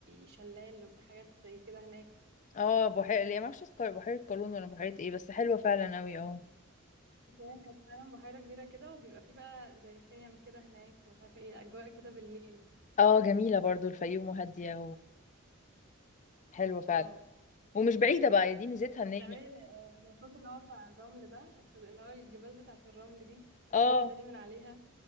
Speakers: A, on the right (about 55°); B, on the left (about 35°).
A: شلال وفي حاجات زي كده هناك
B: اه بحيره اللي هي ما اعرفش اسمها بحيره قارون ولا بحيره ايه بس حلوه فعلا قوي اه
A: بس هي كانت فعلا بحيرة كبيرة كده وبيبقى فيه بقى زي خيم كده هناك ومش عارفة ايه أجواء كده بالليل
B: اه جميله برضو الفيوم وهاديه وحلوه فعلا
A: اه
B: ومش بعيده بقى دي ميزتها ان
A: وبتعملي
B: هي
A: ال- النشاط اللي هو بتاع الرمل ده كنت- اللي هو الجبال بتاعة الرمل دي اللي
B: اه
A: هي بتنزلي من عليها